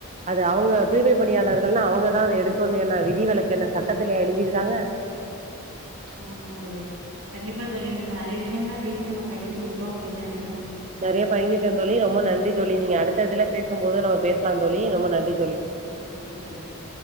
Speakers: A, on the right; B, on the right.
A: அது அவங்க தூய்மை பணியாளர்கள்னா அவங்கதா அத எடுக்கணு என்ன விதிவளக்கு என்ன சட்டத்திலயா எழுதிருக்காங்க
B: ஆமா சரி கண்டிப்பா சொல்லி நம்ம நிறைய விஷயம் ம் பேசி நம்ம பகிர்ந்துகிட்டோம் அப்படின்னு நினக்கேன்
A: நிறைய பயிந்துட்டொ தோழி ரொம்ப நன்றி தோழி நீங்க அடுத்ததுல பேசும் போது நம்ம பேசலாந் தோழி ரொம்ப நன்றி தோழி
B: நன்றி சண்டறி <inaudible>